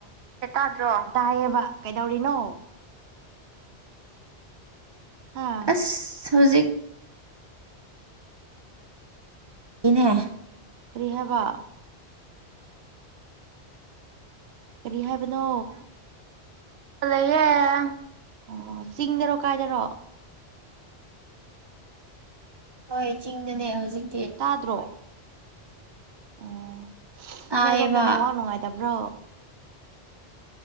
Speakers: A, on the right (about 70°); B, on the right (about 35°).
A: ꯇꯥꯗ꯭ꯔꯣ ꯇꯥꯏꯌꯦꯕ ꯀꯩꯗꯧꯔꯤꯅꯣ ꯍꯥ
B: ꯑꯁ ꯍꯧꯖꯤꯛ ꯏꯅꯦ
A: ꯀ꯭ꯔꯤ ꯍꯥꯏꯕ ꯀꯔꯤ ꯍꯥꯏꯕꯅꯣ ꯂꯩꯌꯦ ꯑꯣ ꯆꯤꯡꯗꯥꯔꯣ ꯀꯥꯏꯗꯥꯔꯣ
B: ꯍꯣꯏ ꯆꯤꯡꯗꯅꯦ ꯍꯧꯖꯤꯛ
A: ꯇꯥꯗ꯭ꯔꯣ ꯑꯣ
B: ꯇꯥꯏꯌꯦꯕ
A: ꯅꯣꯏꯔꯣꯝꯗ ꯅꯦꯋꯥꯛ ꯅꯨꯡꯉꯥꯏ ꯇꯥꯕ꯭ꯔꯣ